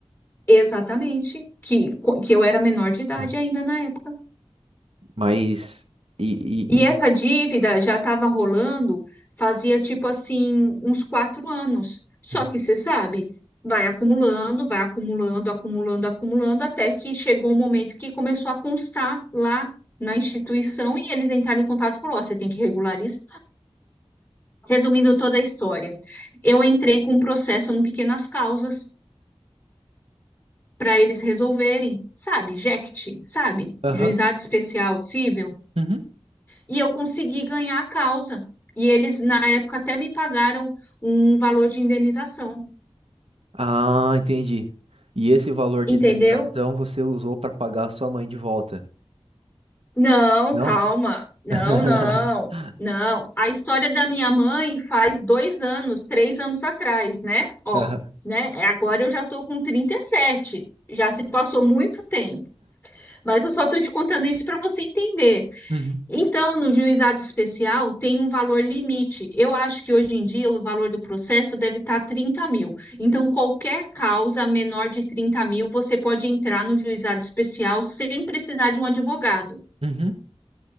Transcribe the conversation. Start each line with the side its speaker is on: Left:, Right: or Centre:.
Left: exatamente, que, que eu era menor de idade
Right: Hum.
Left: ainda na época.
Right: Mas. E.
Left: E
Right: e, e...
Left: essa dívida já estava rolando fazia tipo assim uns quatro anos. Só
Right: Uhum.
Left: que você sabe, vai acumulando, vai acumulando, acumulando, acumulando, até que chegou um momento que começou a constar lá na instituição e eles entraram em contato e falou, ó, você tem que regularizar. Resumindo toda a história, eu entrei com um processo no Pequenas Causas para eles resolverem, sabe, JECT, sabe,
Right: Aham.
Left: Juizado Especial Cível.
Right: Uhum.
Left: E eu consegui ganhar a causa. E eles, na época, até me pagaram um valor de indenização.
Right: Ah, entendi. E esse valor
Left: Entendeu?
Right: de indenização você usou para pagar a sua mãe de volta?
Left: Não,
Right: Não?
Left: calma. Não,
Right: <laughs>
Left: não, não. A história da minha mãe faz dois anos, três anos atrás, né? Ó,
Right: Aham.
Left: né? Agora eu já tô com trinta e sete, Já se passou muito tempo. Mas eu só tô te contando isso para você entender.
Right: Uhum.
Left: Então, no juizado especial, tem um valor limite. Eu acho que hoje em dia o valor do processo deve estar trinta mil. Então, qualquer causa menor de trinta mil, você pode entrar no juizado especial sem precisar de um advogado.
Right: Uhum.